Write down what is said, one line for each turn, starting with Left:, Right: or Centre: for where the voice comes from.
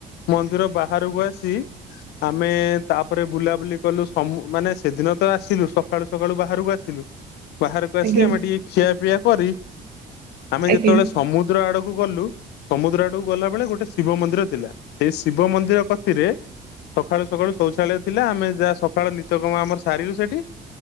Left: ମନ୍ଦିର ବାହାରକୁ ଆସି ଆମେ ତାପରେ ବୁଲାବୁଲି କଲୁ। ସମ ମାନେ ସେଦିନ ତ ଆସିଲୁ ସକାଳୁ ସକାଳୁ ବାହାରକୁ ଆସିଲୁ। ବାହାରକୁ ଆସି
Right: ଆଜ୍ଞା
Left: ଆମେ ଟିକେ ଖିଆପିଆ କରି, ଆମେ
Right: ଆଜ୍ଞା ଆଜ୍ଞା
Left: ଯେତେବେଳେ ସମୁଦ୍ର ଆଡକୁ କୁ ଗଲୁ ସମୁଦ୍ର ଆଡୁକୁ ଗଲା ବେଳେ ଗୋଟେ ଶିବ ମନ୍ଦିର ଥିଲା। ସେଇ ଶିବ ମନ୍ଦିର କତିରେ ସକାଳୁ ସକାଳୁ ଶୌଚାଳୟ ଥିଲା ଆମେ ଯାହା ସକାଳ ନିତ୍ୟକର୍ମ ଆମର ସାରିଲୁ ସେଇଠି